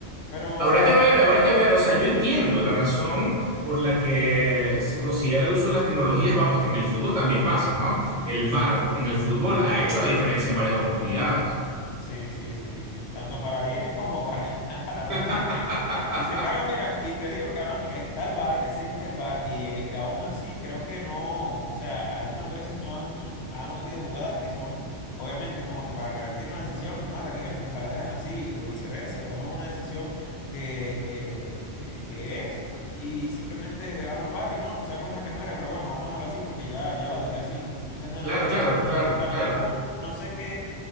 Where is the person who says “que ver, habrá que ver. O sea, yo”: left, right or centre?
Right